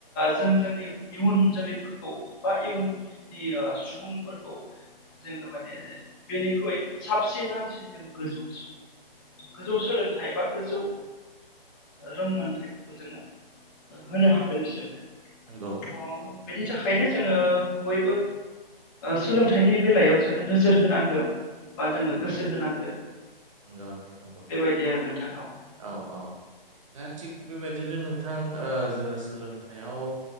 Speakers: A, on the left; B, on the right.
A: जों जोंनि इयुन जोलैफोरखौ बा इयुन नि सुबुंफोरखौ जोङो माने बेनिख्रुइ साबसिन हामसिन जों गोजौसिन गोजौ सोलोंथाइ बा गोजौ रोंमोनथाइफोरखौ जोङो होनो हागोन बिसोरनो
B: नंगौ नंगौ
A: अ
B: नंगौ नोंथां
A: बेनि
B: नंगौ
A: थाखायनो जोङो बयबो सोलोंथाइनि बेलायाव जोङो नोजोर होनांगौ। बा जोङो
B: नंगौ
A: गोसो होनांगोन
B: नंगौ नोंथां नंगौ
A: बेबायदि आरो नोंथां औ।
B: औ औ दा थिग बेबायदिनो नोंथां जोङो सोलोंथायाइयाव